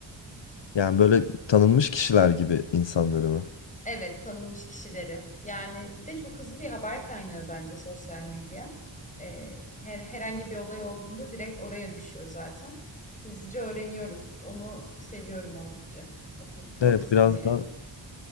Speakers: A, on the left; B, on the left.
A: Yani böyle tanınmış kişiler gibi insanları mı?
B: Evet, tanınmış kişileri. Yani bir de çok hızlı bir haber kaynağı bence sosyal medya. Ee, her herhangi bir olay olduğunda direkt oraya düşüyor zaten. Hızlıca öğreniyoruz. Onu seviyorum oldukça. O, o
A: Evet
B: kısmını
A: biraz
B: yani.
A: da